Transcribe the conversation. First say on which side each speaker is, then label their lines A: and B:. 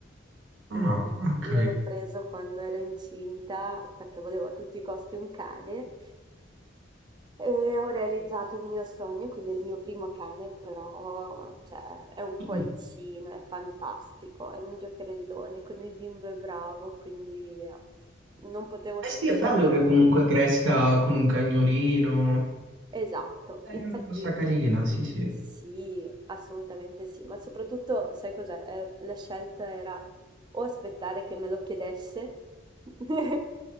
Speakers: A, on the right (about 25°); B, on the right (about 75°).
A: e
B: Ah, ok.
A: io l'ho preso quando ero incinta perché volevo a tutti i costi un cane e ho realizzato il mio sogno, quindi è il mio primo cane, però cioè, è un cuoricino,
B: Mm.
A: è fantastico, è un giocherellone, con il bimbo è bravo, quindi eh, non potevo
B: Eh
A: sci-
B: sì,
A: scegliere.
B: è bello che
A: di
B: comunque cresca con un cagnolino.
A: Esatto,
B: È
A: infatti
B: una cosa carina, sì, sì.
A: sì, assolutamente sì, ma soprattutto sai cos'è? Eh, la scelta era o aspettare che me lo chiedesse <laughs>